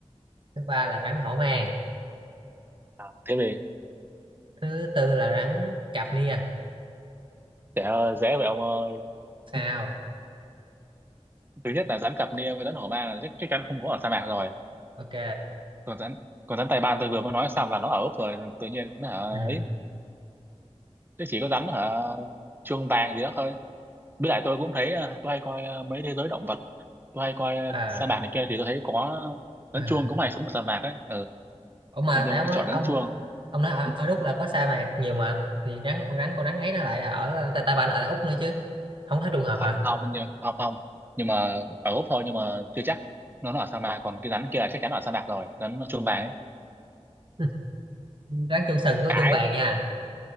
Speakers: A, on the right (about 50°); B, on the right (about 20°).
A: thứ ba là rắn hổ mang
B: Ờ, tiếp đi
A: thứ tư là rắn cạp nia
B: để ờ, dễ vậy ông ơi
A: sao
B: thứ nhất là rắn cặp nia với rắn hổ mang là chắc, chắc chắn không có ở sa mạc rồi
A: ok
B: còn rắn còn rắn Tài Ban tôi vừa mới nói xong là nó ở Úc rồi tự nhiên nó hả
A: ừ
B: ấy nó chỉ có rắn hả chuông vàng gì đó thôi với lại tôi cũng thấy ờ, tôi hay coi ờ, mấy thế giới động vật tôi hay coi ờ,
A: à,
B: sa mạc này kia thì tôi thấy có rắn
A: à.
B: chuông cũng hay sống ở sa mạc ấy ừ.
A: Ủa mà
B: nên
A: nãy
B: tôi gọi
A: ông nói
B: chọn rắn
A: ông
B: chuông
A: ông nói ở, ở Đức là có sa mạc nhiều mà thì rắn con rắn con rắn ấy nó lại ở tại tại bạn ở Úc nữa chứ không thấy trùng hợp
B: không
A: hả
B: không nhưng không không nhưng mà ở Úc thôi nhưng mà chưa chắc nó, nó ở sa mạc còn cái rắn kia là chắc chắn ở sa mạc rồi rắn chuông vàng ấy
A: <laughs> rắn chuông sừng với
B: cãi
A: chuông vàng nha